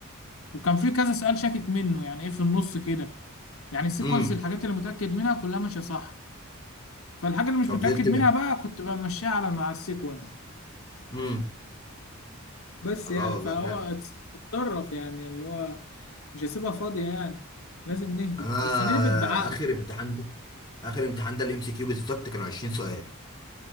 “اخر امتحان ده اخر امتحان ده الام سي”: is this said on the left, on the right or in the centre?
Left